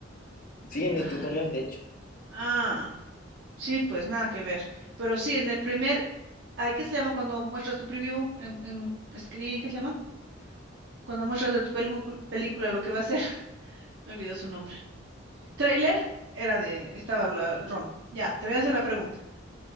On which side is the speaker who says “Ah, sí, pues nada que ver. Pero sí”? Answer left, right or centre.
Right